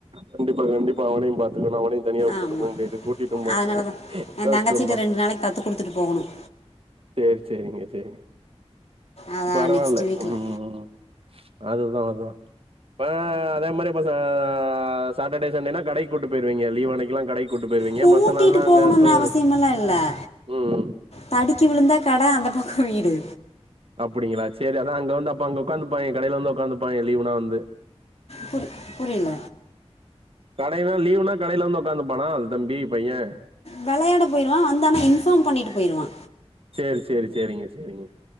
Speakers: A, on the right (about 55°); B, on the left (about 65°).
A: கண்டிப்பா கண்டிப்பா அவனயு பாத்துக்கணு அவனயு தனியா உட்டுட்டு
B: ஆமாம்
A: போ முடியாது கூட்டிட்டும் போ
B: அதனால
A: முடியாது
B: தான் என்
A: கஷ்டந்தா
B: தங்கச்சிட்ட ரெண்டு நாளைக்கு கற்றுக் கொடுத்துட்டு போகணும்
A: சேரி சேரிங்க செரிங்க
B: அதான்
A: பரவால
B: நெக்ஸ்ட் வீக்கில்
A: ம் அதுதா அதா ஆ இப்ப அதே மாரி இப்ப சா சாட்டர்டே சண்டேனா கடைக்கு கூட்டிட்டு போயிருவீங்க லீவ் அனைக்கில்லா கடை கூட்டு போயிருவீங்க
B: கூட்டிகிட்டு
A: மத்த நாள்ல்லா அங்க
B: போகணும்னு
A: ஹஸ்பண்ட்
B: அவசியமெல்லாம்
A: இரு
B: இல்லை
A: ம் ம்
B: தடுக்கி விழுந்தா கட அந்த பக்கோ வீடு
A: அப்புடிங்களா சேரி அதா அங்க வந்து அப்ப அங்க உட்காந்துப்பாய்ங்க கடைல வந்து உட்காந்துப்பா லீவுனா வந்து
B: புரி புரில
A: கடைலா லீவ்னா கடைல வந்து ஒக்காந்துப்பானா அது தம்பி பைய
B: வெளயாட போய்ருவா வந்தானா இன்ஃபாம் பண்ணிட்டு போய்ருவா
A: சேரி சேரி சேரிங்க சேரிங்க